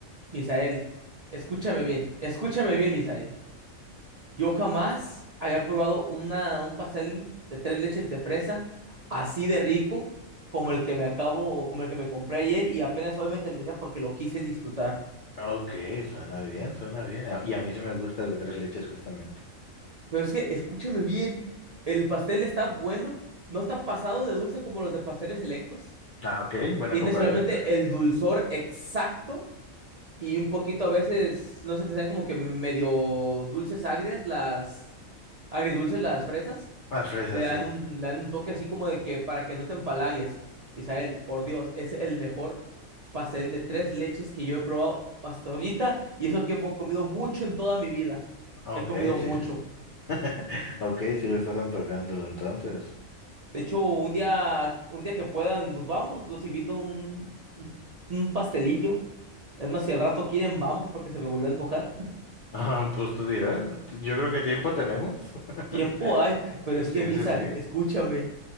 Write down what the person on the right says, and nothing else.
Misael, escúchame bien, escúchame bien, Misael. Yo jamás había probado una, un pastel de tres leches de fresa así de rico como
el que me acabo, como el que me compré ayer y apenas hoy me terminé porque lo quise disfrutar.
Pero es que, escúchame bien, el pastel está bueno, no está pasado de dulce como los de pasteles selectos.
Tiene
solamente el dulzor exacto y un poquito a veces, no sé, te saben como que me- medio dulces agrias, las agridulces, las fresas.
Le dan
un, le dan un toque así como de que para que no te empalagues. Isael, por Dios, es el mejor pastel de tres leches que yo he probado hasta ahorita y eso que he mo- comido mucho en toda mi vida.
He comido mucho.
De hecho, un día, un día que puedan, nos vamos, los invito a un, un, un pastelillo. Es más, si al rato quieren, vamos, porque se me volvió a antojar.
Tiempo hay, pero
es que, Misa,
escúchame,